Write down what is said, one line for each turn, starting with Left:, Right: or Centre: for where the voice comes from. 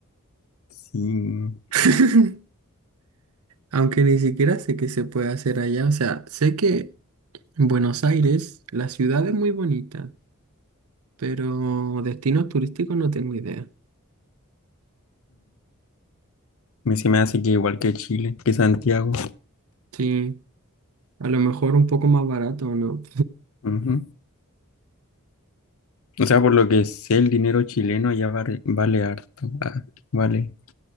Left: Sí. Mm,
Right: <laughs> Aunque ni siquiera sé qué se puede hacer allá. O sea, sé que Buenos Aires, la ciudad es muy bonita, pero destinos turísticos no tengo idea.
Left: Me se me hace que igual que Chile, que Santiago.
Right: Sí, a lo mejor un poco más barato, ¿no?
Left: Ujú. O sea, por lo que sé, el dinero chileno ya vale, vale harto. Ah, vale,